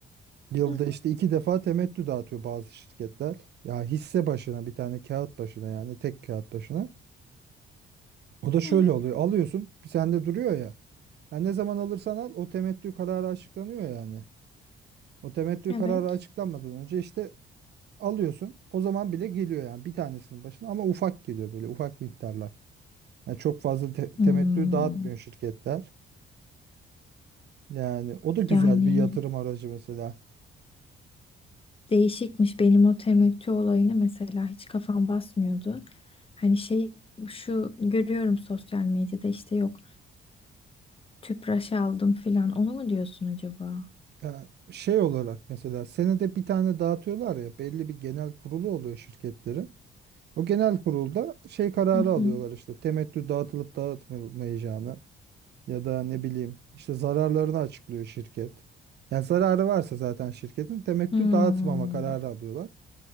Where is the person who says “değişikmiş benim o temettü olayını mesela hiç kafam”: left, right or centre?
Left